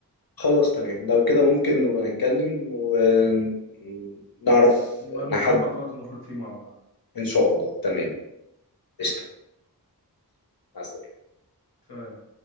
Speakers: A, on the left; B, on the left.
A: خلاص تمام لو كده ممكن نبقى نتكلم ونعرف
B: نبقى نظبط
A: نحد
B: وقت نخرج فيه مع بعض
A: ان شاء الله تمام قشطة مع السلامة
B: سلام